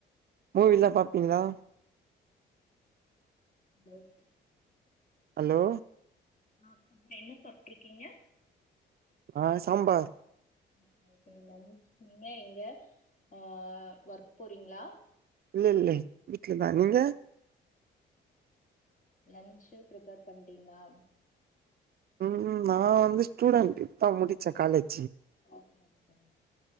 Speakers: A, on the right; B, on the left.
A: மூவிலா பாப்பீங்ளா
B: <unintelligible>
A: ஹலோ
B: ஆ ஃபுட் என்ன சாப்ட்ருக்கீங்க
A: ஆ சாம்பார்
B: ஓகே ஓகேங்க நீங்க எங்க ஆ ஒர்க் போறீங்ளா
A: இல்ல இல்ல வீட்லதா நீங்க
B: லன்ச்சு ப்ரிப்பேர் பண்டிங்ளா
A: உம் நா வந்து ஸ்டூடெண்ட் இப்தா முடிச்சே காலேஜ்
B: ஓகே <inaudible>